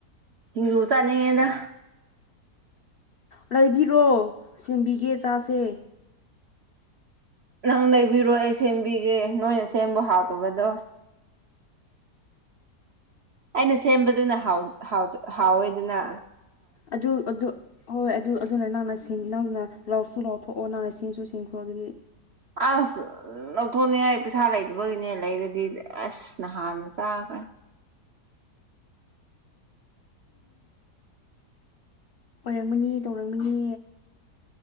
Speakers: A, on the right (about 65°); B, on the left (about 75°).
A: ꯁꯤꯡꯖꯨ ꯆꯥꯅꯤꯡꯉꯦꯗ
B: ꯂꯥꯏꯕꯤꯔꯣ ꯁꯦꯝꯕꯤꯒꯦ ꯆꯥꯁꯦ
A: ꯅꯪ ꯂꯩꯕꯤꯔꯣ ꯑꯩ ꯁꯦꯝꯕꯤꯒꯦ ꯅꯣꯏꯅ ꯁꯦꯝꯕ ꯍꯥꯎꯇꯕꯗꯣ ꯑꯩꯅ ꯁꯦꯝꯕꯗꯨꯅ ꯍꯥꯎꯋꯦ ꯑꯗꯨꯅ
B: ꯑꯗꯨ ꯑꯗꯨ ꯍꯣꯏ ꯍꯣꯏ ꯑꯗꯨ ꯑꯗꯨꯅ ꯅꯪꯅ ꯅꯪꯅ ꯂꯥꯎꯁꯨ ꯂꯥꯎꯊꯣꯛꯑꯣ ꯅꯪꯅ ꯁꯦꯝꯁꯨ ꯁꯦꯝꯈ꯭ꯔꯣ ꯑꯗꯨꯗꯤ
A: ꯑ ꯎ ꯂꯧꯊꯣꯛꯅꯤꯡꯉꯥꯏ ꯄꯩꯁꯥ ꯂꯩꯗꯕꯒꯤꯅꯦ ꯂꯩꯔꯗꯤ ꯑꯁ ꯅ ꯍꯥꯟꯅ ꯆꯥꯈ꯭ꯔꯦ
B: ꯎ ꯑꯣꯏꯔꯝꯃꯅꯤ ꯇꯧꯔꯝꯃꯅꯤ